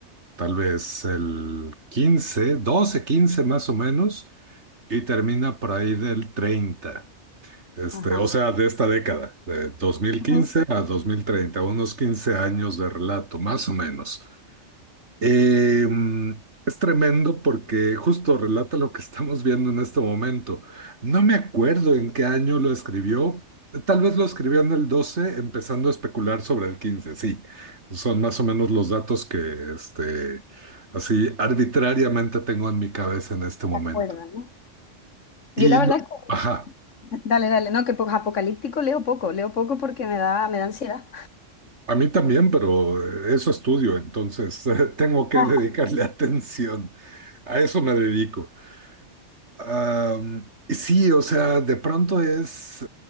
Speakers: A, on the right; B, on the left.
A: tal vez el 15 12 15 más o menos, y termina por ahí del treinta Este,
B: ajá.
A: o sea, de esta década, de dos mil
B: ujú.
A: quince a dos mil treinta unos 15 años de relato, más o menos. Eh, es tremendo porque justo relata lo que estamos viendo en este momento. No me acuerdo en qué año lo escribió. Tal vez lo escribió en el 12, empezando a especular sobre el 15. Sí, son más o menos los datos que este, así arbitrariamente tengo en mi cabeza en este momento.
B: ¿Te acuerdas, no? Yo
A: Y
B: la
A: lo-
B: verdad
A: ajá,
B: Dale, dale, no, que po- apocalíptico leo poco, leo poco porque me da, me da ansiedad.
A: a mí también, pero eh, eso estudio, entonces <laughs> tengo que
B: Ah,
A: dedicarle <laughs> atención. A eso me dedico. Am, sí, o sea, de pronto es,